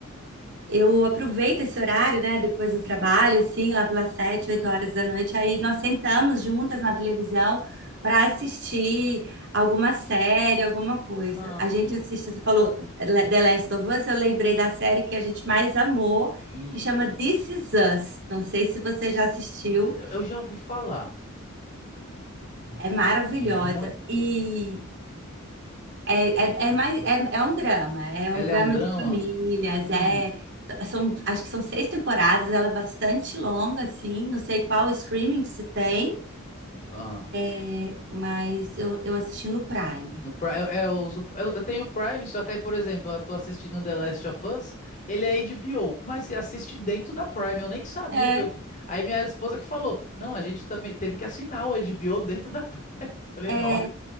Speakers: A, on the right; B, on the left.
A: eu aproveito esse horário, né? Depois do trabalho, assim, lá pelas sete, oito horas da noite. Aí nós sentamos juntas na televisão para assistir alguma série, alguma coisa.
B: Ah,
A: A gente
B: hum,
A: assiste, você falou The Last of Us, eu lembrei da série que a gente mais amou,
B: hum.
A: que chama This Is Us. Não sei se você já assistiu.
B: De- Eu já ouvi falar.
A: É maravilhosa.
B: É muito.
A: E é, é, é mais, é, é um drama, é
B: Ela
A: um drama
B: é um drama?
A: de famílias,
B: Hum.
A: é, são, acho que são seis temporadas, ela é bastante longa, assim, não sei qual streaming que se tem,
B: ah.
A: é, mas eu, eu assisti no Prime.
B: No Prime, eu, é, eu uso- eu- eu tenho Prime, só que aí, por exemplo, eu tô assistindo The Last of Us, ele é HBO, mas você assiste dentro da Prime, eu nem sabia
A: É,
B: que eu... t- Aí minha esposa que falou, não, a gente também teve que assinar o HBO dentro da Prime. <laughs> Falei,
A: é,
B: nossa,